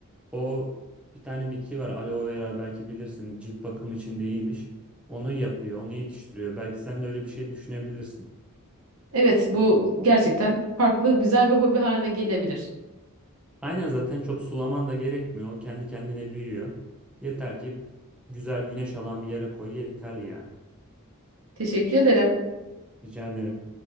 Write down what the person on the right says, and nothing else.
Evet, bu gerçekten farklı güzel bir hobi haline gelebilir.
Teşekkür ederim.